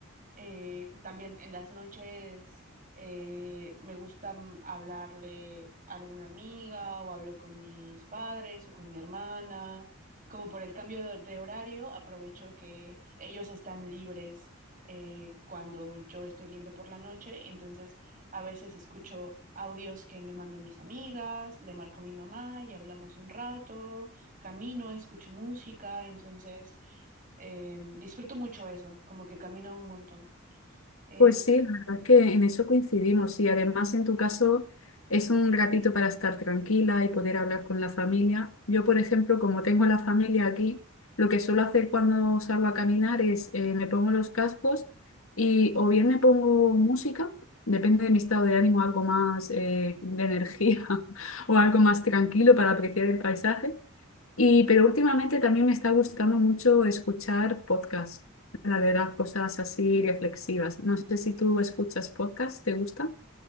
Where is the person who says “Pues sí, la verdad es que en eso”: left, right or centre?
Left